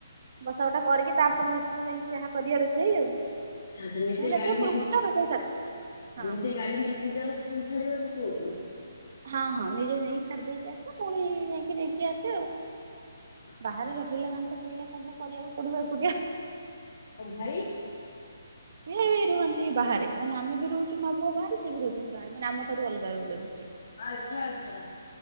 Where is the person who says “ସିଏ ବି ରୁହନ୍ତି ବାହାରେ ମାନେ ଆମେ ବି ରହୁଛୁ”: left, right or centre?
Right